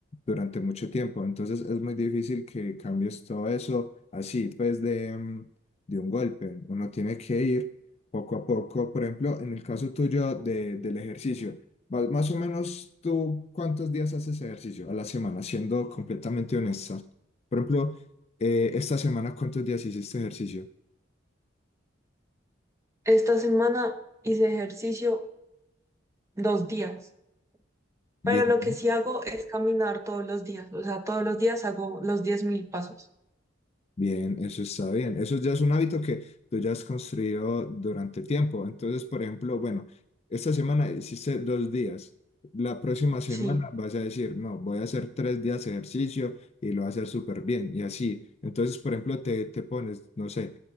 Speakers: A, on the left (about 35°); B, on the right (about 15°).
A: durante mucho tiempo. Entonces es muy difícil que cambies todo eso así, pues de... mm, de un golpe. Uno tiene que ir poco a poco. Por ejemplo, en el caso tuyo de- del ejercicio, va- más o menos tú, ¿cuántos días haces ejercicio a la semana? Siendo completamente honesta. Por ejemplo, eh, esta semana, ¿cuántos días hiciste ejercicio?
B: Esta semana hice ejercicio dos días Pero
A: Bien.
B: lo que sí hago es caminar todos los días, o sea, todos los días hago los diez mil pasos.
A: Bien, eso está bien. Eso ya es un hábito que tú ya has construido durante tiempo. Entonces, por ejemplo, bueno, esta semana hiciste dos días. La próxima semana
B: Sí,
A: vas a decir, no, voy a hacer tres días de ejercicio y lo voy a hacer súper bien. Y así. Entonces, por ejemplo, te, te pones, no sé,